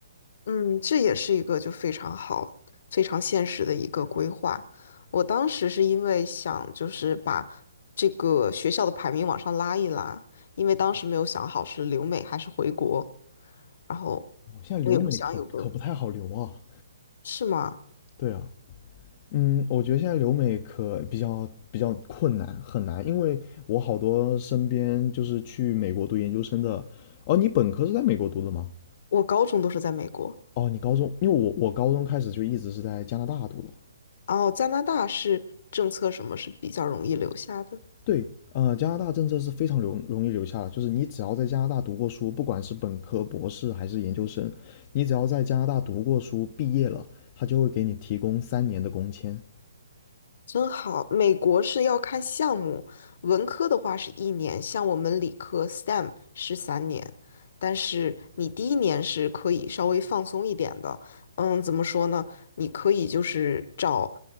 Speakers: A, on the left; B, on the left.
A: 嗯，这也是一个就非常好、非常现实的一个规划。我当时是因为想就是把这个学校的排名往上拉一拉，因为当时没有想好是留美还是回国，然后
B: 哦，现在留美可可不太好留啊。
A: 我也不想有个，是吗？
B: 对啊，嗯，我觉得现在留美可比较比较困难，很难，因为我好多身边就是去美国读研究生的。哦，你本科是在美国读的吗？
A: 我高中都是在美国，
B: 哦，你高中，因为我我高中开始就一直是在加拿大读的。
A: 然后加拿大是政策什么是比较容易留下的。
B: 对，呃，加拿大政策是非常容容易留下的，就是你只要在加拿大读过书，不管是本科、博士还是研究生，你只要在加拿大读过书，毕业了，他就会给你提供三年的工签。
A: 真好，美国是要看项目，文科的话是一年，像我们理科 STEM 是三年，但是你第一年是可以稍微放松一点的，嗯，怎么说呢？你可以就是找，